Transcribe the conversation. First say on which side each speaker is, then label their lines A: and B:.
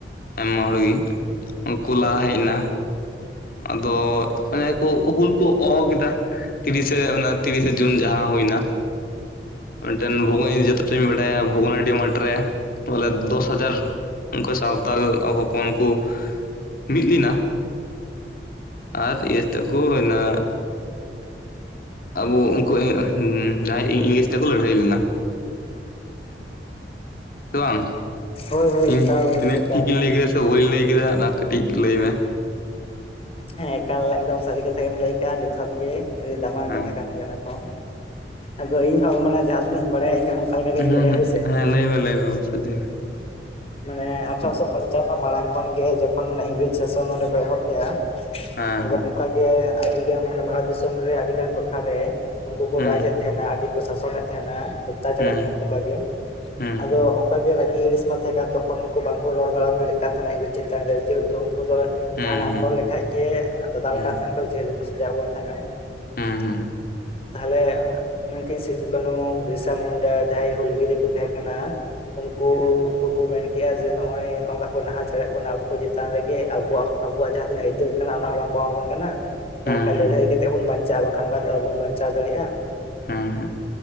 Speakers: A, on the left; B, on the left.
A: ᱟᱭᱢᱟ ᱦᱚᱲᱜᱤ᱾ ᱩᱱᱠᱩ
B: ᱦᱳᱭ
A: ᱞᱟᱦᱟ ᱦᱮᱡ ᱮᱱᱟ ᱟᱫᱚ ᱚᱱᱮ ᱠᱚ ᱦᱩᱞ ᱠᱚ ᱦᱚᱦᱚ ᱠᱮᱫᱟ ᱛᱤᱨᱤᱥᱮ ᱛᱤᱨᱤᱥᱮ ᱡᱩᱱ ᱡᱟᱦᱟᱸ ᱦᱩᱭᱱᱟ ᱢᱤᱫᱴᱮᱱ ᱵᱷᱩᱜᱽ ᱡᱚᱛᱚᱴᱟ ᱤᱧ ᱵᱟᱰᱟᱭᱟ ᱵᱷᱚᱜᱽᱱᱟᱰᱤ ᱢᱟᱴᱷᱨᱮ ᱵᱚᱞᱮ ᱫᱚᱥ ᱦᱟᱡᱟᱨ ᱚᱱᱠᱟ ᱥᱟᱶᱛᱟᱞ ᱦᱚᱯᱚᱱ ᱠᱚ ᱢᱤᱫ ᱞᱮᱱᱟ᱾ ᱟᱨ ᱤᱭᱟᱹᱛᱮᱫ ᱠᱩ ᱱᱟ ᱟᱵᱚ ᱩᱱᱠᱩ ᱡᱟᱦᱟᱸᱭ ᱤᱝᱞᱤᱥ ᱛᱮᱠᱚ ᱞᱟᱹᱲᱦᱟᱹᱭ ᱞᱮᱱᱟ᱾ ᱥᱮ ᱵᱟᱝ!
B: ᱦᱳᱭ ᱦᱳᱭ
A: ᱤᱧ
B: ᱮᱠᱟᱞ
A: ᱛᱤᱱᱟᱹᱜ
B: ᱮᱠᱟᱞ
A: ᱴᱷᱤᱠᱤᱧ ᱞᱟᱹᱭ ᱠᱮᱫᱟ ᱥᱮ ᱵᱟᱹᱧ ᱞᱟᱹᱭ ᱠᱮᱫᱟ ᱚᱱᱟ ᱠᱟᱹᱴᱤᱡ ᱞᱟᱹᱭ ᱢᱮ?
B: ᱦᱮᱸ ᱮᱠᱟᱞ ᱮᱠᱫᱚᱢ ᱥᱟᱹᱨᱤ ᱠᱟᱛᱷᱟ ᱜᱮᱢ ᱞᱟᱹᱭ ᱠᱟᱜᱼᱟ, ᱡᱚᱛᱷᱟᱛ ᱜᱮ ᱟᱹᱰᱤ ᱫᱟᱢᱟᱱ
A: ᱟᱪᱪᱷᱟ
B: ᱠᱟᱛᱷᱟ ᱠᱟᱱ ᱜᱮᱭᱟ ᱚᱱᱟ ᱠᱚ ᱟᱫᱚ ᱤᱧ ᱦᱚᱸ ᱢᱟᱱᱮ ᱡᱟᱦᱟᱸ ᱛᱤᱱᱟᱹᱜ ᱤᱧ ᱵᱟᱲᱟᱭᱟ ᱤᱧ ᱦᱚᱸ ᱚᱱᱠᱟ ᱞᱮᱠᱟ ᱜᱤᱧ
A: ᱦᱩᱸ
B: ᱞᱟᱹᱭᱟ
A: ᱦᱩᱸ
B: ᱦᱳᱭᱥᱮ
A: ᱦᱮᱸ ᱞᱟᱹᱭ ᱞᱟᱹᱭ ᱚᱵᱚᱥᱛᱟ ᱞᱟᱹᱭ ᱢᱮ
B: ᱢᱟᱱᱮ ᱟᱴᱷᱨᱚᱥᱚ ᱯᱚᱧᱪᱟᱱᱱᱚ ᱢᱟᱲᱟᱝ ᱠᱷᱚᱱᱜᱮ ᱡᱚᱠᱷᱚᱱ ᱢᱟᱱᱮ ᱤᱝᱨᱮᱡᱽ ᱥᱟᱥᱚᱱ ᱱᱚᱰᱮ ᱮᱦᱚᱵ ᱞᱮ-ᱟ᱾
A: ᱦᱮᱸ
B: ᱟᱫᱚ ᱚᱱᱠᱟ ᱜᱮ ᱟᱹᱰᱤᱜᱟᱱ ᱢᱟᱱᱮ ᱵᱷᱟᱨᱚᱛ ᱫᱤᱥᱚᱢ ᱨᱮ ᱟᱹᱰᱤᱜᱟᱱ ᱴᱚᱴᱷᱟ ᱨᱮ ᱩᱱᱠᱩ ᱠᱚ
A: ᱦᱮᱸ
B: ᱨᱟᱡ ᱮᱫ ᱛᱟᱦᱮᱱᱟ᱾ ᱟᱹᱰᱤ ᱠᱚ ᱥᱟᱥᱚᱱᱮᱫ ᱛᱟᱦᱮᱱᱟ᱾ ᱚᱛᱛᱭᱟ - ᱪᱟᱨᱮᱫ
A: ᱦᱩᱸ
B: ᱱᱟ ᱚᱱᱠᱟ ᱜᱮ
A: ᱦᱩᱸ
B: ᱟᱫᱚ ᱚᱱᱠᱟ ᱜᱮ ᱨᱟᱹᱜᱤ - ᱟᱹᱲᱤᱥ ᱢᱟ ᱛᱟᱦᱮᱸ ᱠᱟᱱ ᱛᱚᱠᱷᱚᱱ ᱩᱱᱠᱩ ᱵᱟᱝᱠᱚ ᱨᱚᱲ ᱫᱟᱲᱟᱢ ᱫᱟᱲᱮᱭᱟᱜ ᱠᱟᱱ ᱛᱟᱦᱮᱱᱟ ᱤᱝᱨᱮᱡ ᱪᱮᱛᱟᱱ ᱨᱮ ᱡᱮᱦᱤᱛᱩ ᱩᱱᱠᱩ ᱫᱚ
A: ᱦᱩᱸ
B: ᱡᱟᱦᱟᱱᱟᱜ
A: ᱦᱩᱸ
B: ᱨᱚᱲ ᱞᱮᱠᱷᱟᱡ ᱜᱮ ᱫᱟᱫᱟᱞ
A: ᱦᱩᱸ
B: ᱠᱟᱱ ᱛᱟᱦᱮᱱᱟ ᱠᱚ ᱡᱤᱭᱟᱹᱞᱤ ᱫᱟᱵᱟᱣ ᱵᱚᱱ ᱛᱟᱦᱮᱱᱟ᱾
A: ᱦᱩᱸ
B: <inaudible>
A: ᱦᱩᱸ ᱦᱩᱸ ᱦᱩᱸ ᱦᱩᱸ ᱦᱩᱸ ᱦᱩᱸ ᱦᱩᱸ ᱦᱩᱸ ᱦᱩᱸ ᱦᱩᱸ ᱦᱩᱸ ᱦᱩᱸ ᱦᱩᱸ ᱦᱩᱸ ᱦᱩᱸ ᱦᱩᱸ
B: ᱛᱟᱦᱚᱞᱮ ᱱᱩᱠᱤᱱ ᱥᱤᱫᱩ - ᱠᱟᱹᱱᱩ, ᱵᱤᱨᱥᱟᱹ ᱢᱩᱱᱰᱟ ᱡᱟᱦᱟᱸᱭ ᱦᱩᱞᱜᱟᱹᱨᱤᱭᱟᱹ ᱠᱚ ᱛᱟᱦᱮᱸ ᱠᱟᱱᱟ᱾ ᱩᱱᱠᱩ ᱩᱱᱠᱩ ᱠᱚ ᱢᱮᱱ ᱠᱮᱜᱼᱟ ᱡᱮ ᱱᱚᱜᱼᱚᱭ ᱱᱚᱝᱠᱟ ᱠᱚ ᱱᱟᱦᱟᱪᱟᱨᱮᱫ ᱵᱚᱱᱟ ᱟᱵᱚ ᱠᱚ ᱪᱮᱛᱟᱱ ᱨᱮᱜᱮ ᱟᱵᱚᱣᱟᱜ ᱟᱵᱚᱣᱟᱜ ᱡᱟᱦᱟᱸ ᱛᱤᱱᱟᱹᱜ ᱟᱹᱭᱫᱟᱹᱨ ᱠᱟᱱᱟ ᱚᱱᱟ ᱦᱚᱸ ᱵᱟᱝ ᱠᱚ ᱢᱟᱵᱚᱱ ᱠᱟᱱᱟ ᱛᱟᱦᱚᱞᱮ
A: ᱦᱩᱸ
B: ᱠᱷᱟᱱ ᱞᱟᱹᱲᱦᱟᱹᱭ ᱠᱟᱛᱮᱫ ᱵᱚᱱ ᱵᱟᱧᱪᱟᱜᱼᱟ ᱵᱟᱠᱷᱟᱱ ᱫᱚ ᱵᱟᱵᱚᱱ ᱵᱟᱧᱪᱟᱣ ᱫᱟᱲᱮᱭᱟᱜᱼᱟ
A: ᱦᱮᱸ ᱦᱮᱸ